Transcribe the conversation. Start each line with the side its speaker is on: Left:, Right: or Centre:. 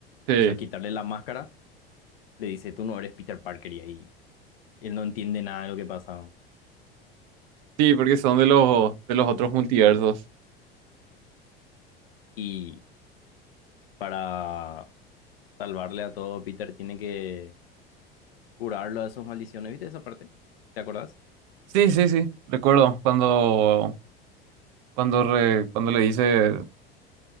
Right: Sí,
Left: Entonces al quitarle la máscara le dice, tú no eres Peter Parker y ahí él no entiende nada de lo que pasa.
Right: sí, porque son de los, de los otros multiversos.
Left: Y para salvarle a todo, Peter tiene que curarlo de sus maldiciones. ¿Viste esa parte? ¿Te acordás?
Right: Sí, sí, sí, recuerdo cuando, cuando, re- cuando le dice,